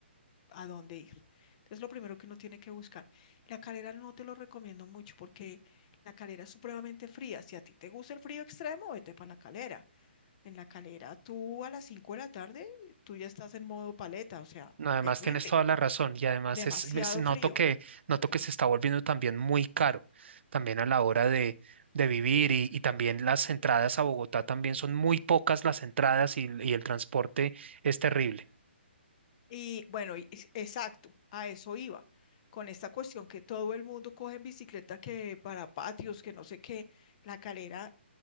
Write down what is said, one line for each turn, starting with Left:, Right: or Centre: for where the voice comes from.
Left: a dónde ir. Entonces lo primero que uno tiene que buscar. La calera no te lo recomiendo mucho porque la calera es supremamente fría. Si a ti te gusta el frío extremo, vete para la calera. En la calera, tú a las 5 de la tarde, tú ya estás en modo paleta, o sea,
Right: No, además
Left: terrible,
Right: tienes toda la razón y además
Left: demasiado
Right: es, me- s- noto
Left: frío.
Right: que, noto que se está volviendo también muy caro, también a la hora de, de vivir y, y también las entradas a Bogotá también son muy pocas las entradas y, y el transporte es terrible.
Left: Y bueno, y es- exacto, a eso iba, con esta cuestión que todo el mundo coge en bicicleta, que para patios, que no sé qué, la calera,